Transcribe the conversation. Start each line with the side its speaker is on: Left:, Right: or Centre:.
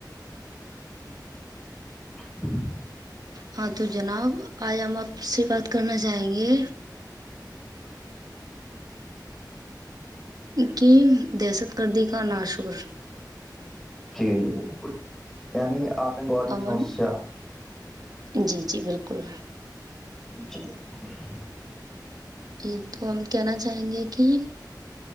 Centre: <inaudible>
Right: ہاں تو جناب آج ہم آپ سے بات کرنا چاہیں گے کی دہشت گردی کا نا شکر
Centre: جی جی بالکل یعنی آتنک واد کی
Right: امن
Centre: سمسیا
Right: جی جی بالکل
Centre: <inaudible>
Right: جی تو ہم کہنا چاہیں گے کہ